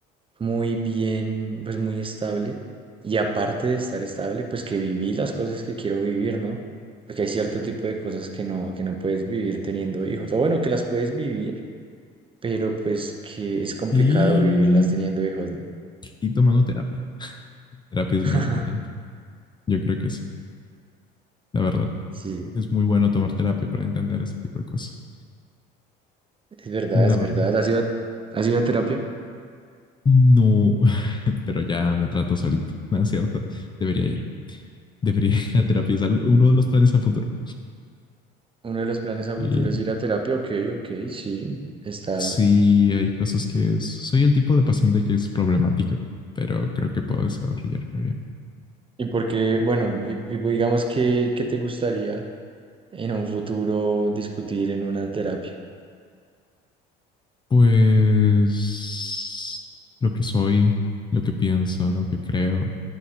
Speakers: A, on the right; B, on the left.
A: muy bien, pues muy estable. Y aparte de estar estable, pues que viví las cosas que quiero vivir, ¿no? Porque hay cierto tipo de cosas que no, que no puedes vivir teniendo hijos. O bueno, que las puedes vivir, pero pues que es complicado
B: Y,
A: vivirlas teniendo hijos, ¿no?
B: y tomando terapia. Terapia
A: <laughs>
B: es muy importante. Yo creo que sí, la verdad.
A: Sí,
B: Es muy bueno tomar terapia para entender ese tipo de cosas.
A: es verdad,
B: La
A: es
B: verdad.
A: verdad. ¿Has ido, a- has ido a terapia?
B: No, <laughs> pero ya me trato solito. <laughs> No es cierto. Debería ir. Debería ir a terapia. Es algo- uno de los planes a futuro.
A: Uno de los planes a futuro
B: Y
A: es ir a terapia. Ok, ok, sí, está.
B: sí, hay cosas que es- soy el tipo de paciente que es problemática, pero creo que puedo desarrollarme bien.
A: ¿Y por qué, bueno, y, y pues, digamos que, qué te gustaría en un futuro discutir en una terapia?
B: Pues lo que soy, lo que pienso, lo que creo,